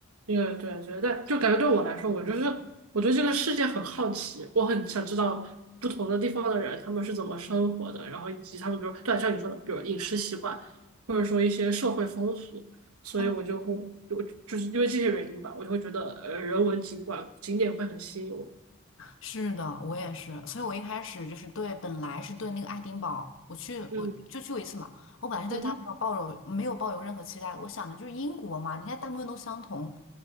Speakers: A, on the right (about 90°); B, on the left (about 65°).
A: 对对对，但就感觉对我来说，我就是我对这个世界很好奇，我很想知道不同的地方的人他们是怎么生活的，然后以及他们比如对像你说的，比如饮食习惯，或者说一些社会风俗，所以我就会就就是因为这些原因吧，
B: 嗯，
A: 我就会觉得呃人文景观景点会很吸引我。
B: 是的，我也是，所以我一开始就是对，本来是对那个爱丁堡，我去我就去过一次嘛，
A: 嗯
B: 我本来是对它没有抱有没有抱有任何期待，
A: 嗯哼，
B: 我想的就是英国嘛，应该大部分都相同，